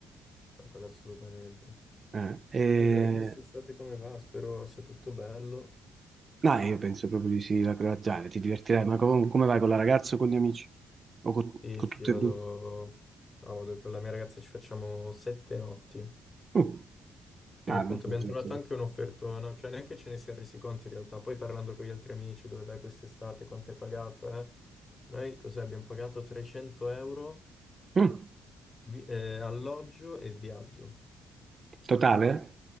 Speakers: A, on the left; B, on the right.
A: Ma Quello assolutamente.
B: Eh, e-
A: Io vedrò quest'estate come va, spero sia tutto bello.
B: No, io penso proprio di sì, la croaziana, ti divertirai, ma com- come vai con la ragazza o con gli amici? O con,
A: Sì,
B: con
A: sì,
B: tutte
A: vado,
B: e due?
A: no, vado con la mia ragazza, ci facciamo sette notti.
B: Mm.
A: Perché
B: Ah,
A: appunto
B: beh, beh,
A: abbiamo
B: beh,
A: trovato
B: beh.
A: anche un'offertona, cioè neanche ce ne si è resi conto in realtà. Poi parlando con gli altri amici, dove vai quest'estate, quanto hai pagato, eh? Noi cos'è? Abbiamo pagato 300 euro
B: Mm.
A: vi- eh, alloggio e viaggio,
B: Totale?